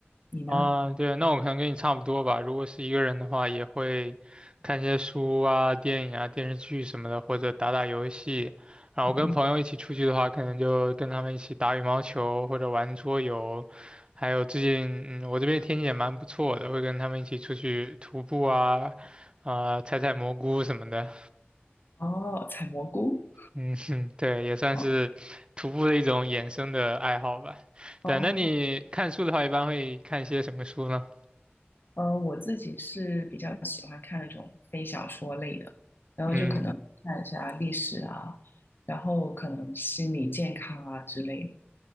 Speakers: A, on the left; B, on the right.
A: 你呢？
B: 啊，对，那我可能跟你差不多吧。如果是一个人的话，也会看些书啊、电影啊、电视剧什么的，或者打打游戏。然后跟朋友一起出去的话，
A: 嗯，
B: 可能就跟他们一起打羽毛球或者玩桌游。还有最近，嗯，我这边天气也蛮不错的，会跟他们一起出去徒步啊，啊、采采蘑菇什么的。
A: 哦，采蘑菇，
B: 嗯哼，对，也算是徒步的一种衍生的爱好吧。
A: 哦
B: 对，
A: 哦。
B: 那你看书的话，一般会看些什么书呢？
A: 呃，我自己是比较喜欢看那种非小说类的，然后就可能看一下历史啊，
B: 嗯
A: 然后可能心理健康啊之类